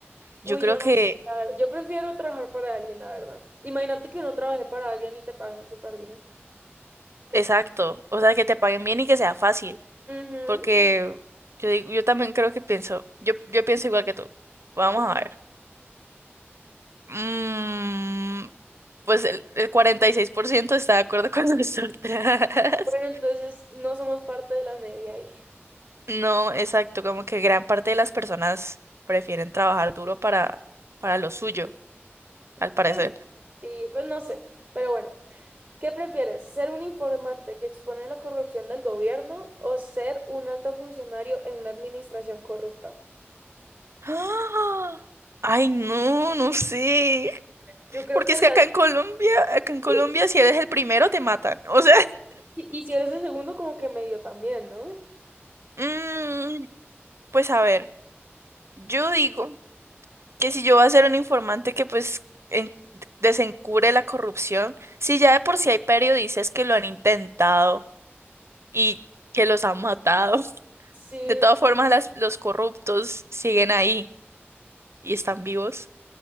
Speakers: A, on the right; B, on the right.
A: Yo
B: Uy,
A: creo
B: yo
A: que,
B: no sé, la verdad, Yo prefiero trabajar para alguien, la verdad. Imagínate que no trabajé para alguien y te paguen súper bien.
A: exacto, o sea, que te paguen bien y que sea fácil,
B: Ujú,
A: porque yo digo, yo también creo que pienso, yo, yo pienso igual que tú. Vamos
B: Sí.
A: a ver. Mm, pues el, el 46% está de acuerdo con <laughs> nosotras.
B: Bueno, entonces no somos parte de la media ahí.
A: No, exacto, como que gran parte de las personas prefieren trabajar duro para, para lo suyo, al parecer.
B: Pues, sí, pues no sé. Pero bueno, ¿qué prefieres? ¿Ser un informante que expone la corrupción del gobierno o ser un alto funcionario en una administración corrupta?
A: ¡Ah! Ay, no, no sé.
B: Yo creo
A: Porque
B: que
A: es
B: en
A: que
B: las...
A: acá en Colombia, acá en Colombia,
B: <laughs>
A: si eres el primero, te matan. O sea,
B: Y, y si eres el segundo, como que medio también, ¿no?
A: <laughs> mm, pues a ver, yo digo que si yo voy a ser un informante que pues en- desencubre la corrupción, si ya de por sí hay periodistas que lo han intentado y que los han matado, <laughs>
B: Sí,
A: de todas formas las- los corruptos siguen ahí y están vivos,